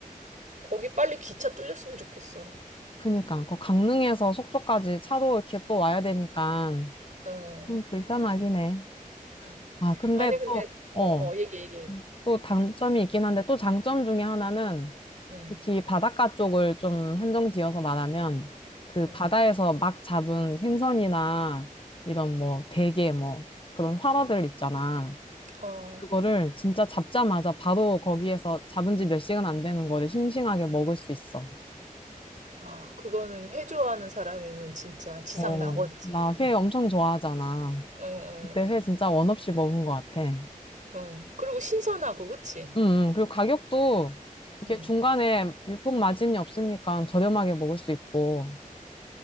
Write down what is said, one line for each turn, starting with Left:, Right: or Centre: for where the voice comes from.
Right: 거기 빨리 기차 뚫렸으면 좋겠어.
Left: 그니까 그 강릉에서 속초까지 차로 이렇게 또 와야 되니까
Right: 어.
Left: 좀 불편하긴 해.
Right: 음.
Left: 아, 근데
Right: 아니 아, 근데
Left: 또, 어,
Right: 어 어 얘기 얘기.
Left: 또 단점이 있긴 한데 또 장점 중에 하나는
Right: 응.
Left: 특히 바닷가 쪽을 좀 한정 지어서 말하면 그
Right: 응.
Left: 바다에서 막 잡은 생선이나 이런 뭐 대게 뭐 그런 활어들 있잖아.
Right: 어.
Left: 그거를 진짜 잡자마자 바로 거기에서 잡은 지 몇 시간 안 되는 거를 싱싱하게 먹을 수 있어.
Right: 아 그거는 회 좋아하는 사람이면 진짜 지상
Left: 어,
Right: 낙원이지.
Left: 나 회
Right: <laughs>
Left: 엄청 좋아하잖아.
Right: 어어.
Left: 그때 회 진짜 원 없이 먹은 것 같아. 응,
Right: 어. 어. 그리고 신선하고 그치?
Left: 응. 그리고 가격도 이게
Right: 음.
Left: 중간에 유통 마진이 없으니까 저렴하게 먹을 수 있고.